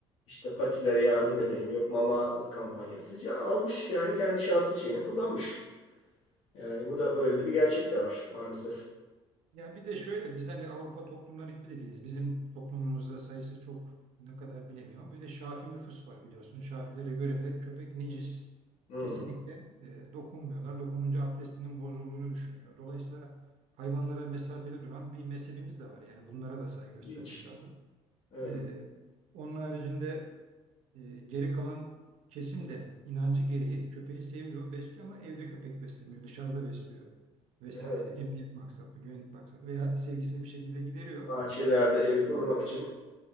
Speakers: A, on the left; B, on the right.
A: işte patilere yardım edelim yok mama kampanyası Ya almış yani kendi şahsi şeyini kullanmış. Yani bu da böyle de bir gerçek de var maalesef.
B: Ya bir de şöyle biz hani Avrupa toplumları gibi de değiliz. Bizim toplumumuzda sayısı çok ne kadar bilemiyorum. Bir de Şafii nüfus var biliyorsun. Şafilere göre de köpek necis.
A: Hmm.
B: Kesinlikle e, dokunmuyorlar. Dokununca abdestinin bozulduğunu düşünüyor. Dolayısıyla hayvanlara mesafeli duran bir mezhebimiz de var. Yani bunlara da saygı göstermek
A: İlginç.
B: lazım.
A: Evet,
B: E, onun haricinde E, geri kalan kesim de inancı gereği köpeği seviyor, besliyor ama evde köpek beslemiyor, dışarıda besliyor vesaire.
A: evet.
B: Emniyet maksatlı, güvenlik maksatlı veya sevgisini bir şekilde gideriyor.
A: Bahçelerde evi korumak için.